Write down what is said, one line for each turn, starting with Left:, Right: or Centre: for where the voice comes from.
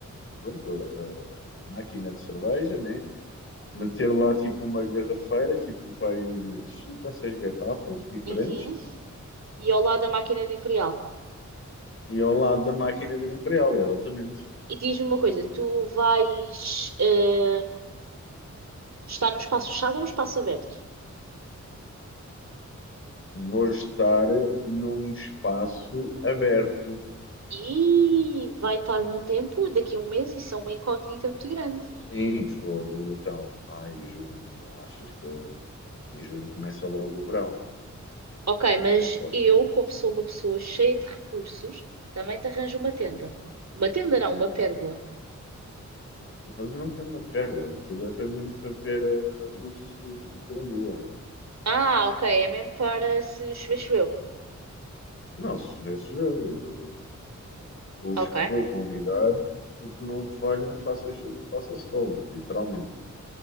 Left: pronto, a máquina de cerveja, né? Meter lá tipo uma garrafeira, tipo pai, umas cinco ou seis garrafas diferentes
Right: Uhum. E ao lado da máquina de Imperial.
Left: e ao lado da máquina do Imperial, exatamente.
Right: E diz-me uma coisa, tu vais. eh, Está num espaço fechado ou num espaço aberto.
Left: Vou estar num espaço aberto.
Right: E vai estar bom tempo, daqui a um mês, isso é uma incógnita muito grande.
Left: Sim, fogo, então, ai, junho, então achas que em junho começa logo o verão? Então,
Right: Ok, mas
Left: não há hipótese.
Right: eu, como sou uma pessoa cheia de recursos, também te arranjo uma tenda. Uma tenda não, uma pérgola.
Left: Mas eu não quero uma pérola. Aquilo é para mim para ver a luz do- da lua.
Right: Ah, ok, é mesmo para se chover, choveu.
Left: Não, se vê, se Eu, com os
Right: Ok.
Left: que vou convidar, tipo, não falham, faça chuva, faça sol, literalmente.